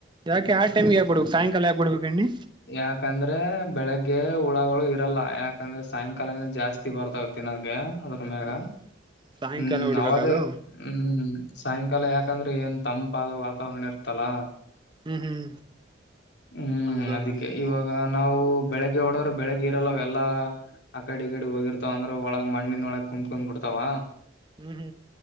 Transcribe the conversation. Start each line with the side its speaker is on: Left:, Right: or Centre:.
Right: ಯಾಕೆ ಆ ಟೈಮಿಗೆ ಆಗ್ಬಬೇಕು ಸಾಯಂಕಾಲ ಯಾಕೆ ಹೂಡಿಬೇಕು ಎಣ್ಣಿ
Left: ಯಾಕಂದ್ರೆ ಬೆಳಿಗ್ಗೆ ಹುಳಗಳು ಇರಲ್ಲ ಯಾಕಂದ್ರೆ ಸಾಯಂಕಾಲನ ಜಾಸ್ತಿ ಬರ್ತ ತಿ ನಂಗೆ <inaudible>
Right: ಹ್ಮ್
Left: ಗ
Right: ಸಾಯಂಕಾಲ
Left: ಹ್ಮ್
Right: ಹೊಡಿಬೇಕದು
Left: ಅವಾಗೇ ಹ್ಮ್ ಸಾಯಂಕಾಲ
Right: ಹ್ಮ್
Left: ಯಾಕಂದ್ರೆ ಏನ್ ತಂಪಾದ ವಾತಾವರಣ ಇರತಲ್ಲ
Right: ಹ್ಮ್ ಹ್ಮ್
Left: ಹ್ಮ್
Right: ಹೌದದು
Left: ಅದಿಕ್ಕೆ
Right: ಹ್ಮ್
Left: ಇವಾಗ ನಾವು ಬೆಳಿಗ್ಗೆ ಹೊಡದರ ಬೆಳಿಗ್ಗೆ ಇರಲ್ಲ ಎಲ್ಲಾ ಆ ಕಡೆ ಈ ಕಡೆ ಹೋಗಿರ್ತಾವ ಅಂದ್ರ ಒಳಗ್ ಮಣ್ಣಿನ ಒಳಗ್ ಕುತ್ಕೊಂಡ್ ಬಿಡ್ತಾವ
Right: ಹ್ಮ್